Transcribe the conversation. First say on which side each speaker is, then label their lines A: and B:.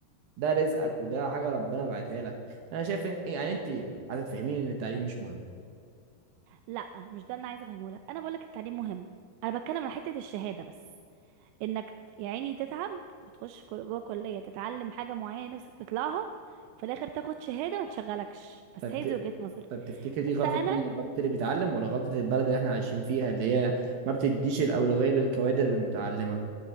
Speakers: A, on the right (about 70°); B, on the right (about 85°).
A: ده رزقك وده حاجة ربنا بعتها لك انا شايف ان يعني انت عايزة تفهميني ان التعليم مش مهم
B: لا مش ده اللي انا عايزه افهمه لك انا بقول لك التعليم مهم انا بتكلم عن حته الشهاده بس انك يا عيني تتعب وتخش كل- جوه كلية تتعلم حاجة معينة نفسك تطلعها في الاخر تاخد شهادة ما تشغلكش بس
A: طب
B: هي
A: ت...
B: دي وجهة نظري
A: طب تفتكر دي
B: بس
A: غلطة
B: انا
A: مين غلطة اللي بيتعلم ولا غلطة البلد اللي احنا عايشين فيها اللي هي ما بتديش الأولوية للكوادر المتعلمة